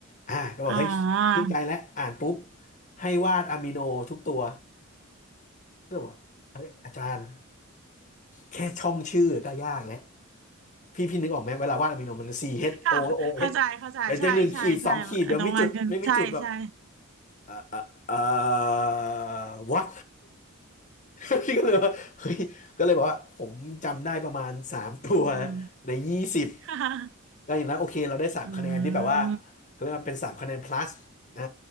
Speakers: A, on the left; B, on the right.
A: อ่ะก็บอกเฮ้ยชื่นใจแล้วอ่านปุ๊บ
B: อ่า
A: ให้วาดอะมิโนทุกตัวก็เลยบอกว่าอาจารย์แค่ช่องชื่อก็ยากแล้วพี่พี่นึกออกไหมเวลาวาดอะมิโนมัน C H
B: ค่ะเข้าใจเข้าใจใช่ใช่ใช่น้องวันก็ใช่ใช่
A: O O H เอชเดี๋ยวจะหนึ่งขีดสองขีดเดี๋ยวมีจุดไม่มีจุดแบบ อ่าอ่าอ่า w h a <laughs> พี่ก็เลยว่าเฮ้ยก็เลยบอกว่าผมจำได้ประมาณสามตัว
B: อืม
A: ในยี่สิบ
B: ค่ะ
A: ก็อย่างนั้นโอเคเราได้สามคะแนนที่แบบว่า
B: อืม
A: เขาเรียกว่าเป็นสามคะแนน plus อ่า